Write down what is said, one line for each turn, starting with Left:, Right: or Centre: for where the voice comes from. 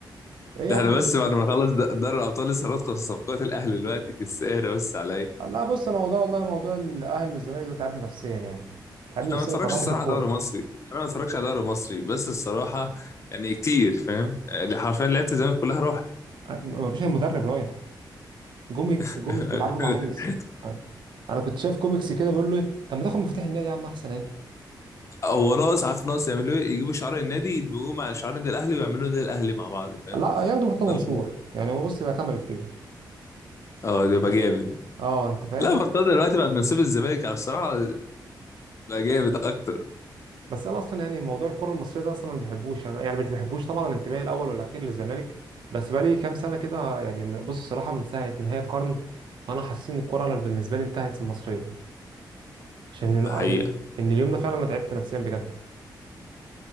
Right: ايه يا
Left: ده احنا
Right: عم
Left: بس بعد ما نخلص د- دوري الابطال لسه هندخل في صفقات الاهلي دلوقتي بس اهدى بس عليا
Right: لا بص انا موضوع والله موضوع الاهلي والزمالك ده تعبني نفسيا يعني تعبني
Left: انا
Right: نفسيا
Left: ما اتفرجش
Right: وكرهني
Left: الصراحه
Right: في الكوره
Left: على دوري مصري انا ما اتفرجش على دوري مصري بس الصراحه يعني كتير فاهم يعني حرفيا لعيبه الزمالك كلها راحت
Right: ما فيش المدرب رايح جوميز
Left: <laughs>
Right: جوميز بيتعاقدوا مع جوميز انا كنت شايف كوميكس كده بيقول له إيه، طب ما تاخد مفتاح النادي يا عم احسن اهي
Left: هو ناقص عارف ناقص يعملوا ايه يجيبوا شعار النادي يدمجوه مع شعار النادي الاهلي ويعملوا النادي الاهلي مع بعض
Right: لا ياخدوا مرتضى
Left: يلا.
Right: منصور يعني هو بص يبقى كملت كده
Left: اه ده بقى جامد
Right: اه انت فاهم
Left: لا مرتضى دلوقتي بعد ما ساب الزمالك على الصراحه بقى جامد اكتر
Right: بس انا اصلا يعني موضوع الكره المصريه ده اصلا انا ما بحبوش انا يعني مش بحبوش طبعا الانتماء الاول والاخير للزمالك بس بقالي كام سنه كده يعني من- بص الصراحه من ساعه نهايه القرن فانا حاسس ان الكره بالنسبه لي انتهت المصريه عشان ان
Left: ده حقيقه
Right: إن اليوم ده فعلا انا تعبت نفسيا بجد